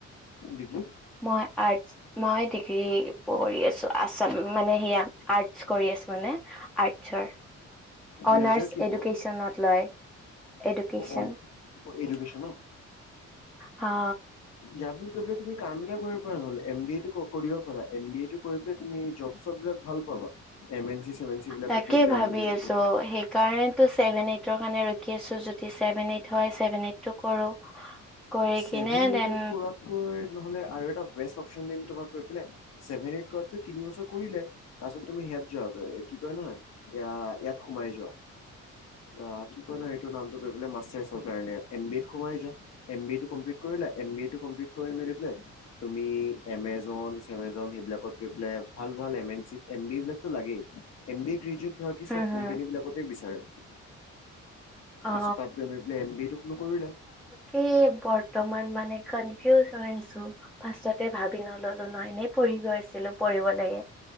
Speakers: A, on the left; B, in the centre.
A: ডিগ্ৰী? <unintelligible>
B: মই আৰ্টচ। মই ডিগ্ৰী পঢ়ি আছোঁ আছাম মানে সেয়া <unintelligible> আৰ্টছ কৰি আছো মানে আৰ্টছৰ অনাৰ্চ
A: মেজৰ কি তোমাৰ
B: এডুকেশ্যনত লয় এডুকেশ্যন
A: অ অ এডুকেশ্যন ন
B: হা
A: ইয়াৰ পিছত গৈ পিনে তুমি কাম এটা কৰিব পাৰা নহলে এম বি এ টো ক কৰিব পাৰা এম বি এ টো কৰি পেলাই তুমি জব চব বিলাক ভাল পাবা এম এন চি চেম এন চি বিলাকত
B: তাকেই
A: গৈ পেলাই
B: ভাবি
A: এম বি এটো
B: আছো
A: কৰি
B: সেইকাৰণে ছেভেন এইটৰ কাৰনে ৰখি আছো যদি ছেভেন এইট টো হয় ছেভেন এইট টো কৰো কৰি
A: ছেভেন
B: কিনে
A: এইট
B: দেন
A: ত কৰাতকৈ নহলে আৰু এটা বেষ্ট অপচন দিম তোমাক কৈ পেলাই ছেভেন এইট কৰাতকৈ তিনি বছৰ কৰিলাই তাছত তুমি হেয়াত যোৱাগৈ কি কয় নহয় এইয়া ইয়াত সোমাই যোৱা আহ্ কি কয় নহয় এইটো নামটো গৈ পেলাই মাষ্টাৰ্ছ ৰ কাৰণে এম বি এ সোমাই যোৱা এম বি এ টো কমপ্লিট কৰিলা এ বি এ টো কমপ্লিট কৰি পেলাই তুমি এমেজন চেমেজন সেইবিলাকত গৈ পেলাই ভাল ভাল M N C M B A বিলাকতো লাগেই এম বি এ গ্ৰেজৱেত ধৰা বাকী
B: হম
A: চব
B: হম
A: কোম্পেনি বিলাকতেই বিচাৰে
B: অ
A: তাৰছত তাত গৈ পিনে এম বিএ টো কৰিলা
B: কি বৰ্তমান মানে কনফিউজ হৈ আছো ফাৰ্ষ্টতে ভাবি নললো নহ এনেই পঢ়ি গৈ আছিলো পঢ়িব লাগে